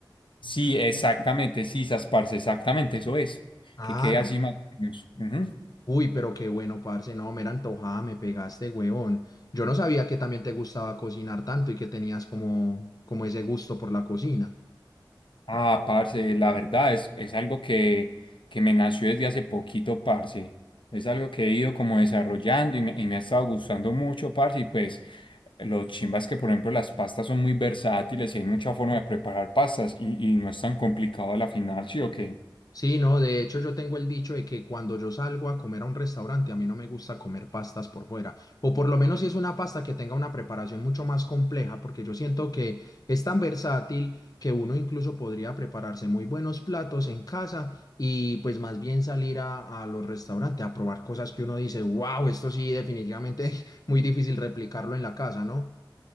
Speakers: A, on the left (about 75°); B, on the left (about 45°).
A: Sí, exactamente, sí, sas, parce, exactamente, eso es,
B: Ah,
A: que quede
B: no.
A: así más o menos. Ujú.
B: Uy, pero qué bueno, parce, no, mera antojada, me pegaste, huevón. Yo no sabía que también te gustaba cocinar tanto y que tenías como, como ese gusto por la cocina.
A: Ah, parce, la verdad es, es algo que, que me nació desde hace poquito, parce. Es algo que he ido como desarrollando y me, y me ha estado gustando mucho, parce. Y pues lo chimbas que, por ejemplo, las pastas son muy versátiles y hay mucha forma de preparar pastas y, y no es tan complicado a la final, ¿sí o qué?
B: Sí, no, de hecho yo tengo el dicho de que cuando yo salgo a comer a un restaurante, a mí no me gusta comer pastas por fuera, o por lo menos si es una pasta que tenga una preparación mucho más compleja, porque yo siento que es tan versátil que uno incluso podría prepararse muy buenos platos en casa y pues más bien salir a, a los restaurantes a probar cosas que uno dice, wow, esto sí definitivamente <laughs> es muy difícil replicarlo en la casa, ¿no?